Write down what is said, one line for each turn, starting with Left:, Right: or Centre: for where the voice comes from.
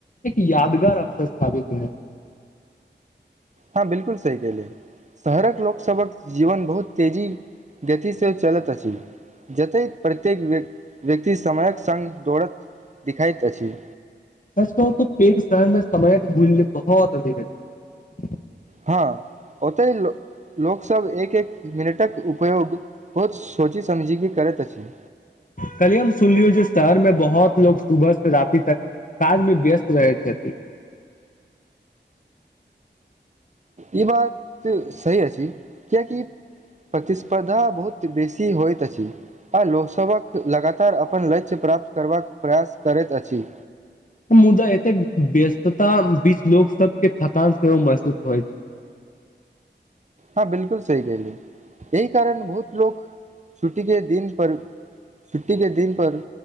Left: एक यादगार अवसर स्थापित है
Right: हँ बिलकुल सही कह लिय शहरक लोकसभक जीवन बहुत तेजी गति से चलैत अछि जतै प्रत्येक व व्यक्ति समयक संग दोड़त दिखाइत अछि
Left: सच कहू त पेघ शहर मे समयक मूल्य बहुत अधिक होएत
Right: हँ ओतहि लो लोकसभ एक एक मिनटक उपयोग बहुत सोचि समझी कऽ करैत अछि
Left: कलिय हम सुन लियौ जे शहर में बहुत लोग सुबह से राति तक ताज में व्यस्त रहय छैथि
Right: ई बात सही अछि किय किया प्रतिस्पर्धा बहुत बेसी कि होइत अछि आ लोक सभक लगातार अपन लक्ष्य प्राप्त करबाक प्रयास करैत अछि
Left: मुदा एते व्यस्तता बीच लोक सब के थकान सेहो महसूस होइ छै <inaudible>
Right: हँ बिलकुल सही कहहिली य कारण बहुत लोक छुट्टी के दिन पर छुट्टी के दिन पर